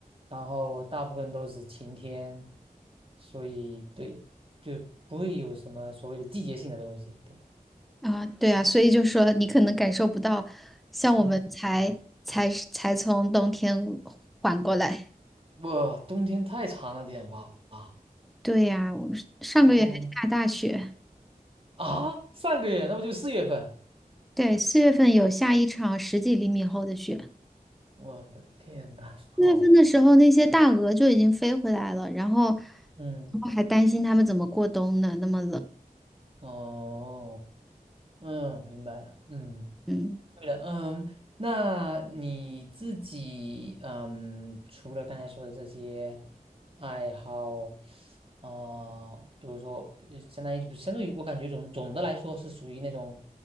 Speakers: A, on the right; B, in the centre.
A: 然后大部分都是晴天，所以对，就不会有什么所谓的季节性的东西，对，
B: 啊，对啊，所以就说你可能感受不到，像我们才才才从冬天
A: 嗯。
B: 缓过来。
A: 我冬天太长了点吧？啊
B: 对呀，我是上个月还下大雪，
A: 哦，啊，上个月那不就四月份？
B: 对，四月份有下一场十几厘米厚的雪。
A: 我的天呐，好，
B: 四月份的时候，那些大鹅就已经飞回来了，然后，然后还担心它们怎么过冬呢？
A: 嗯，
B: 那么冷，
A: 哦，嗯，明白了，嗯，
B: 嗯。
A: 对了，嗯，那你自己，嗯，除了刚才说的这些爱好，啊，比如说，呃相当于不，相当于我感觉总总的来说是属于那种